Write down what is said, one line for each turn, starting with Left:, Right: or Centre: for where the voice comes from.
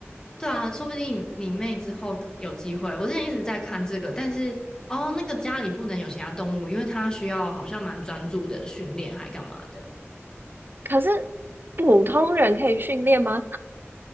Left: 对啊，说不定你妹之后有机会。我之前一直在看这个，但是哦，那个家里不能有其他动物，因为它需要好像蛮专注的训练，还干嘛的。
Right: 可是普通人可以训练吗？